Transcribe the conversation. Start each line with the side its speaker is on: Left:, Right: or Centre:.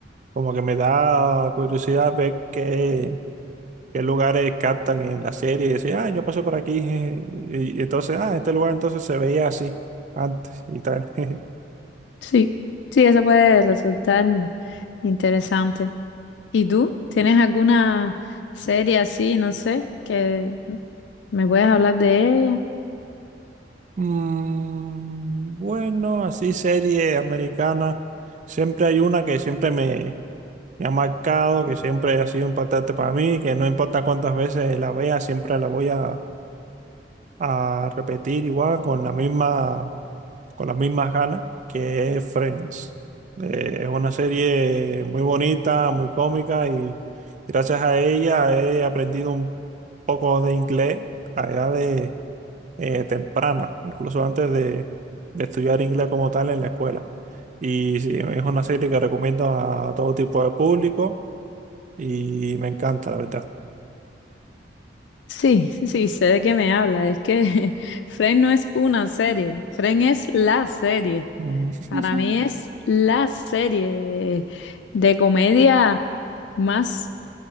Right: como que me da curiosidad ver qué, qué lugares captan en la serie y decir, ah, yo pasé por aquí, <laughs> y, y entonces, ah, este lugar entonces se veía así antes y tal. <laughs>
Left: Sí, sí, eso puede resultar interesante. ¿Y tú? ¿Tienes alguna serie así, no sé, que me puedas hablar de ella?
Right: Mm, bueno, así serie americana. Siempre hay una que siempre me, me ha marcado, que siempre ha sido importante para mí, que no importa cuántas veces la vea, siempre la voy a, a repetir igual con la misma, con las mismas ganas, que es Friends. Eh, es una serie muy bonita, muy cómica y gracias a ella he aprendido un poco de inglés a edad de eh, temprana, incluso antes de, de estudiar inglés como tal en la escuela. Y sí, es una serie que recomiendo a todo tipo de público y me encanta, la verdad.
Left: Sí, sí, sé de qué me habla. Es que <laughs> Friends no es una serie, Friends es la serie.
Right: Mm, <laughs>
Left: Para mí es la serie de comedia más